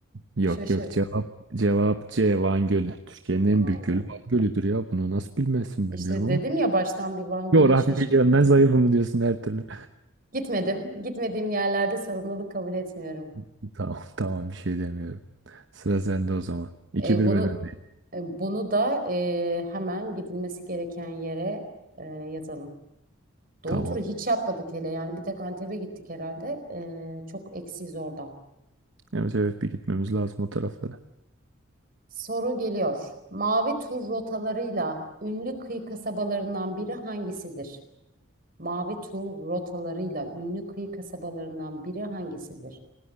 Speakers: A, on the right (about 60°); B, on the right (about 45°).
A: Yok
B: Şaşır.
A: yok cevap cevap C. Van Gölü. Türkiye'nin en
B: Van
A: büyük gölü
B: Gölü.
A: Van Gölü'dür ya. Bunu nasıl bilmezsin
B: İşte
A: bilmiyorum ama.
B: dedim ya baştan bir Van Gölü'yü
A: Coğrafya
B: şaşır.
A: yönden zayıf mı diyorsun her türlü?
B: Gitmedim. Gitmediğim yerlerde sorumluluk kabul etmiyorum.
A: <laughs> Tamam tamam bir şey demiyorum. Sıra sende o zaman. 2
B: E,
A: bir
B: bunu
A: ben öndeyim.
B: e, bunu da e, hemen gidilmesi gereken yere e, yazalım. Doğu
A: Tamam.
B: turu hiç yapmadık hele yani bir tek Antep'e gittik herhalde. E, çok eksiz oradan.
A: Evet evet bir gitmemiz lazım o taraflara.
B: Soru geliyor. Mavi tur rotalarıyla ünlü kıyı kasabalarından biri hangisidir? Mavi tur rotalarıyla ünlü kıyı kasabalarından biri hangisidir?